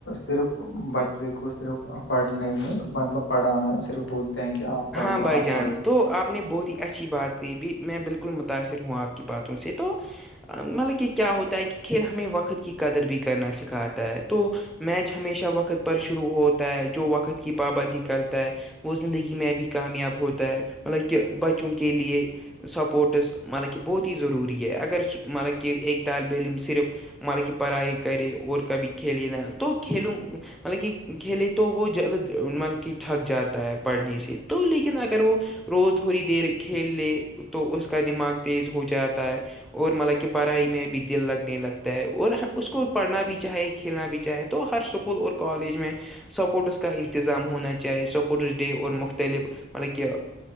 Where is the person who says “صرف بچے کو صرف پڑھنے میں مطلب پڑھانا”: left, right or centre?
Left